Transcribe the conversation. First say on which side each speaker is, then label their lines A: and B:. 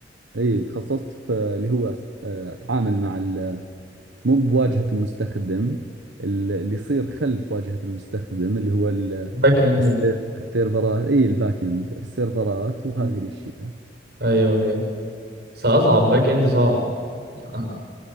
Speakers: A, on the right; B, on the right.
A: اي تخصصت في اللي هو أه، اتعامل مع مو بواجهة المستخدم ال- اللي يصير خلف واجهة المستخدم اللي هو ال-
B: باك اند
A: السير-
B: يعني
A: السيرفرات اي الباك اند السيرفرات وهذه
B: مم.
A: الاشياء
B: ايوه ايوه بس اصعب باك اند صعب آه.